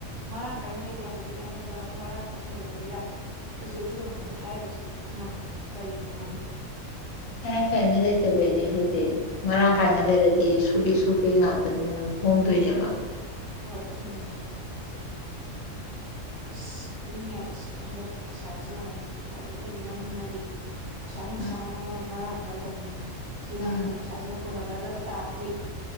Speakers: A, on the right (about 50°); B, on the left (about 75°).
A: ꯃꯔꯥꯡ ꯀꯥꯏꯅ ꯂꯩꯇꯕꯒꯤꯔ ꯅꯠꯇ꯭ꯔꯒ ꯃꯔꯥꯡ ꯀꯥꯏꯅ ꯂꯩꯕꯒꯤꯔ꯫ ꯑꯩꯁꯦ ꯑꯗꯨꯏꯗꯨꯃꯗꯤ ꯍꯥꯏꯕꯁꯤ ꯉꯝꯗ꯭ꯔꯦ ꯀꯔꯤꯒꯤꯅꯣꯅ
B: ꯃꯔꯥꯡ ꯀꯥꯏꯅ ꯂꯩꯇꯕꯩꯅꯦ ꯑꯗꯨꯗꯤ ꯃꯔꯥꯡ
A: ꯍꯣꯏ
B: ꯀꯥꯏꯅ ꯂꯩꯔꯗꯤ ꯇꯤ ꯁꯨꯒꯦ ꯁꯨꯒꯦ ꯉꯥꯛꯇꯅꯤꯅ ꯑꯗꯨꯝ ꯍꯣꯡꯗꯣꯏꯅꯦꯕ
A: ꯍꯣꯏ ꯑꯗꯨꯅꯦ ꯑꯁ ꯑꯗꯨꯅꯦ ꯑꯁ ꯍꯟꯗꯛ ꯄꯩꯁꯥꯥꯁꯦ ꯌꯦꯡꯉꯣ ꯃꯔꯤ ꯃꯔꯤ ꯃꯔꯤ ꯃꯔꯤ ꯄꯩꯁꯥ ꯅꯨꯡꯁꯥꯅꯒ
B: ꯎꯝ
A: ꯃꯔꯣꯡ ꯃꯔꯥꯡ ꯀꯥꯏꯗꯕꯅꯦ ꯁꯤꯅ
B: ꯎꯝ
A: ꯑꯃꯨꯛ ꯄꯩꯁꯥꯁꯤꯅ ꯀꯣꯟꯅꯗꯔꯛꯒ ꯇꯥꯔꯗꯤ